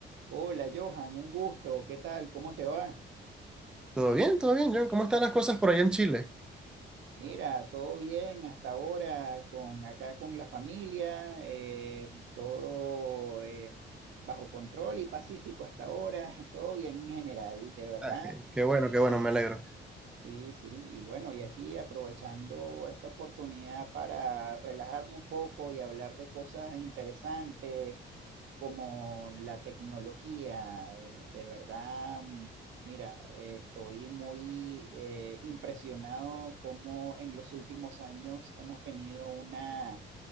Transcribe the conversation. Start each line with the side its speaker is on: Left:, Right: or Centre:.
Right: Hola Johan, un gusto, ¿qué tal? ¿Cómo te va?
Centre: Todo bien, todo bien, John. ¿Cómo están las cosas por allá en Chile?
Right: Mira, todo bien hasta ahora, con acá con la familia, eh, todo eh, bajo control y pacífico hasta ahora, <laughs> todo bien en general, de verdad.
Centre: Ah, qué, qué bueno,
Right: Y
Centre: qué bueno, me alegro.
Right: sí, sí, y bueno, y aquí aprovechando esta oportunidad para relajarme un poco y hablar de cosas interesantes como la tecnología, de, de verdad, mm, mira, eh, estoy muy eh, impresionado cómo en los últimos años hemos tenido una